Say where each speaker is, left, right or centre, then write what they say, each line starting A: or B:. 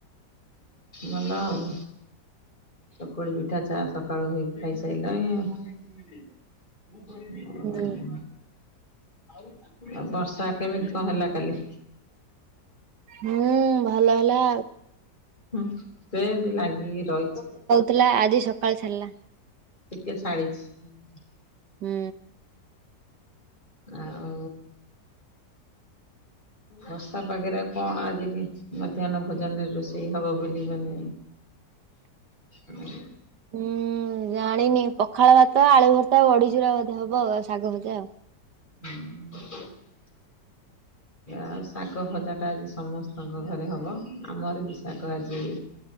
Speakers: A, on the left; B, on the right.
A: ଭଲ ଆଉ। ଚକୁଳି ପିଠା ଚା ସକାଳୁ ହେଇ ଖାଇସାଇଲଣି। ଉଁ।
B: ହୁଁ
A: ଆ ବର୍ଷା କେମିତି କଁ ହେଲା କାଲି?
B: ହୁଁ ଭଲ ହେଲା।
A: ହୁଁ ସେମତି ଲାଗିକି ରହିଛି।
B: ଥିଲା ଆଜି ସକାଳେ ଛାଡିଲା।
A: ଟିକେ ଛାଡିଛି।
B: ହୁଁ।
A: ଆଉ ବର୍ଷା ପାଗରେ କଣ ଆଜି ହେଇଚି ମଧ୍ୟାହ୍ନ ଭୋଜନରେ ରୋଷେଇ ହବ ବୋଲି ମାନେ
B: <inaudible>
A: ଉଁ।
B: ହୁଁ ଜାଣିନି ପଖାଳ ଭାତ ଆଳୁ ଭର୍ତ୍ତା ବଡିଚୁରା ବୋଧେ ହବ ଶାଗ ଭଜା ଆଉ।
A: <inaudible> ଆଉ ଶାଗ ଭଜାଟା ଆଜି ସମସ୍ତଙ୍କ ଘରେ ହବ। ଆମର ବି ଶାଗ ଆଜି